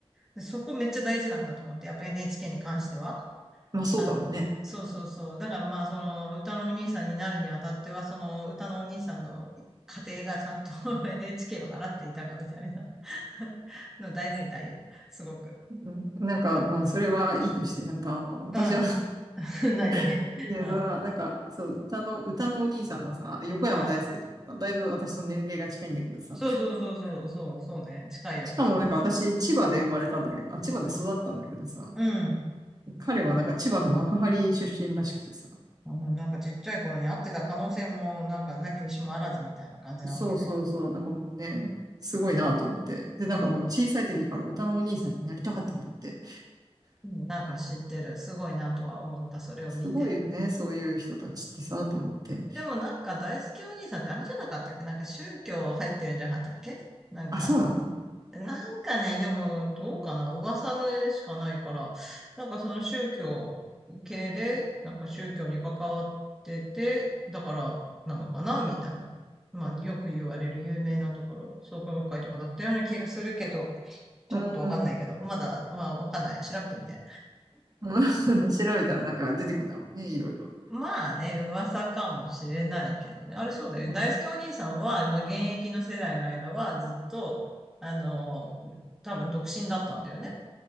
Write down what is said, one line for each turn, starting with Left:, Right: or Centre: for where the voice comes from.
Centre: でそこめっちゃ大事なんだと思って、やっぱ NHK に関しては。
Right: まあそうだろうね。
Centre: あの、そうそうそう。だからまあ、その歌のお兄さんになるにあたっては、その歌のお兄さんの家庭がちゃんと <laughs> NHK を払っていたかみたいな <laughs> の大事みたいよ。すごく。
Right: うんなんか、
Centre: だか
Right: まあそれはいいとして、なんかあの、私は
Centre: ら、うん。<laughs> 何うん。
Right: <laughs> いや、そらなんか、そう、歌の、歌のお兄さんのさ、横山大輔とかさ、
Centre: あ、
Right: だいぶ私と年齢が近いんだけどさ、
Centre: そうそうそうそう、そう、そうね。近いよ、
Right: しかもなんか私、
Centre: 私も。
Right: 千葉で生まれたんだけど、あ、千葉で育ったんだけどさ、
Centre: うん。うん
Right: 彼はなんか千葉の幕張出身らしくてさ。
Centre: あのなんかちっちゃい頃に会ってた可能性も、なんかなきにしもあらずみたいな感じなわけね。
Right: そうそうそう。なんかもうね、すごいなと思って。で、なんかもう小さい時から歌のお兄さんになりたかったんだって。
Centre: うん、なんか知ってる。すごいなとは思った。それを見て。
Right: すごいよね。そういう人たちってさ、と思って。
Centre: でもなんか大好きお兄さんってあれじゃなかったっけなんか宗教入ってるんじゃなかったっけなんか、
Right: あ、そうなの
Centre: なんかね、でもどうかな噂の絵しかないから、なんかその宗教系で、なんか宗教に関わってて、だからなのかなみたいな。まあよく言われる有名なところ、創価学会とかだったような気がするけど、ちょっとわかんないけど、
Right: うん。
Centre: まだ、まあわかんない。調べてみて。
Right: うん <laughs> 調べたらなんか出てくるんだろうね。いろいろ。
Centre: まあね、噂かもしれないけどね。あれそうだよね。
Right: うん。
Centre: 大輔お兄さんは、まあ、現役の世代の間はずっと、あの、多分独身だったんだよね。